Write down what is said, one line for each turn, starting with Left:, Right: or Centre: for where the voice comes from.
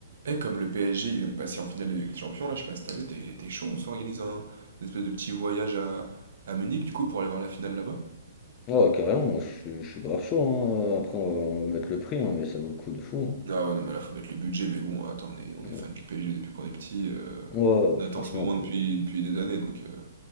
Right: Eh, comme le PSG il vient de passer en finale de Ligue des Champions, là, je sais pas si t'as vu, t'es t'es chaud, on s'organise un une espèce de petit voyage à, à Munich, du coup, pour aller voir la finale là-bas?
Left: Oh, carrément, moi je suis, je suis grave chaud. hein. Après, on va, on va mettre le prix, hein, mais ça vaut le coup de fou.
Right: Ah ouais, non, mais là, faut mettre le budget, mais bon, attends, on est, on
Left: hein.
Right: est fan du PSG depuis qu'on est petit, euh,
Left: Ouais, ouais,
Right: on
Left: franchement,
Right: attend ce moment
Left: on peut.
Right: depuis, depuis des années, donc... euh.